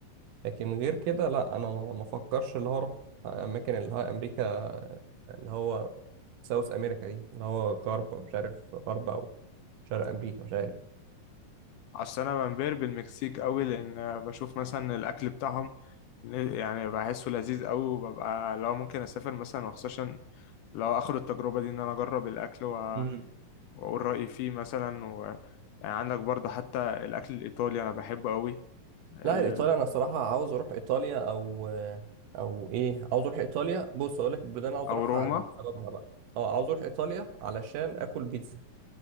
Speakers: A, on the right; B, on the left.
A: لكن غير كده لا انا ما ما افكرش اللي هو اروح اماكن اللي هو امريكا اللي هو ساوث امريكا دي اللي هو غرب مش عارف غرب او شرق امريكا مش عارف
B: عشان انا بنبهر بالمكسيك قوي لان بشوف مثلا الاكل بتاعهم يعني بحسه لذيذ قوي وببقى لو ممكن اسافر مثلا وخصوصا لو اخد التجربه دي ان انا اجرب الاكل وأ-
A: امم
B: واقول رايي فيه مثلا و... يعني عندك برضه حتى الاكل الايطالي انا بحبه قوي ال...
A: لا ايطاليا انا صراحه عاوز اروح ايطاليا او او ايه عاوز اروح ايطاليا بص اقول لك البلدان اللي عاوز
B: او
A: اروحها
B: روما
A: وسببها بقى اه عاوز اروح ايطاليا علشان اكل بيتزا